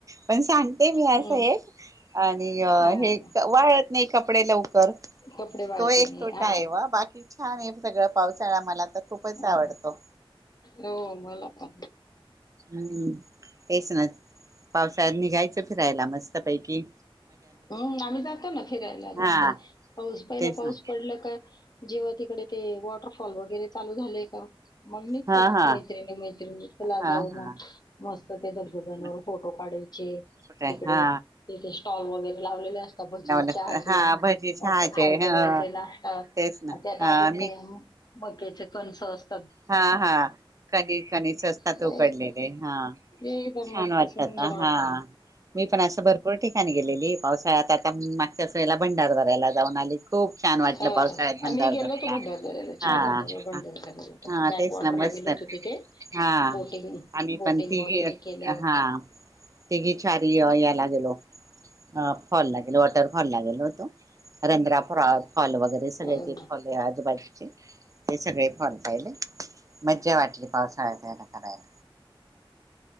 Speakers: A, on the right; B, on the left.
A: पण सांगते मी
B: हम्म
A: असं एक आणि
B: हा
A: हे वाळत नाही कपडे लवकर
B: कपडे वाळते
A: तो एक
B: नाही
A: तोटा
B: हा
A: आहे वा बाकी छान आहे सगळं पाऊससाळा मला तर खुपच
B: हम्म.
A: आवडतो
B: हो मला पा
A: हम् तेसना पावसा निघायचं. राला मस्त पैकी.
B: हम्म आम्ही जातो ना फिरायला
A: हा
B: नसत पाऊस पहिला
A: तेच
B: पाऊस
A: ना
B: पडल का. जेव्हा तिकडे ते वॉटरफॉल वगैरे चालू झालेय का... मग म
A: हा हा
B: मैत्रिणी मैतिणीला
A: हा
B: जाऊ
A: हा
B: मग मस्त ते दगगदांवर
A: मग
B: फोटो काढायचे
A: कुठे
B: तिकडे
A: हा
B: ते. तॉल ब... लावलेले अस... भजी
A: लावलं
B: चहाचे
A: हा भजी चहाचे
B: असं खायचं
A: ह
B: वेयचे नाश्तात
A: तेच ना
B: आणि त्यात
A: हा
B: अजून
A: मी
B: ते. बके चिकन सॉस...
A: हा हा कधी कधच असतात
B: अ,
A: उकडलेले हा
B: एकदम
A: छान
B: मस्त
A: वाटतात
B: सुंदर वाटतं
A: हा
B: ना.
A: मी पण असं भरपूर ठिकाणी गेलेली.... पावसाळ्यात आता मागच्याच वळेला भंडार दरायला जाऊन आली खूप छान वाटलं
B: हा
A: पावसाळ्यात भंडार
B: आम्ही गेलो
A: दरायला
B: होतो भंडारदऱ्याला
A: हा....
B: छान वाटलं बघ भंडारदऱ्याला
A: हा
B: बॅक
A: तेच
B: वॉटरला
A: ना मस्त
B: गेलो होतो तिथे
A: हा
B: बोटिंग
A: आ्ही
B: बोटिंग
A: पण तिघ
B: वगैरे केलं
A: हा तिघी चारी या लागे.... गलो. अ फॉल लागेल वॉटर फॉल लागेल होतो रंध्रा फ फॉल वगैरे... सग
B: अं,
A: ते फॉले... ज ते सगळे फण... मज्जा वाटली पावसाळ्यात त्याला करायला.